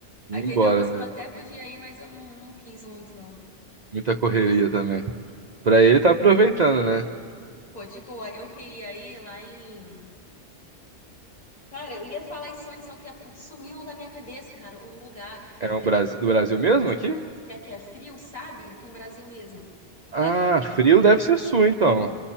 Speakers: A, on the left; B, on the right.
A: Aí
B: Ia
A: teve
B: embora,
A: alguns
B: né?
A: que eu até podia ir, mas eu não, não quis muito, não.
B: Muita correria também. Pra ele tá aproveitando, né?
A: Pô, de eu queria ir lá em Cara, eu ia falar isso antes, só que sumiu na minha cabeça, cara, o lugar.
B: É
A: Aquele
B: um Brasil,
A: lugar
B: do
A: que,
B: Brasil
A: que
B: mesmo
A: o pessoal
B: aqui?
A: vai muito, que é, que é frio, sabe? Aqui no Brasil mesmo. Que
B: Ah,
A: lá é tudo bonitinho.
B: frio deve ser sua, então.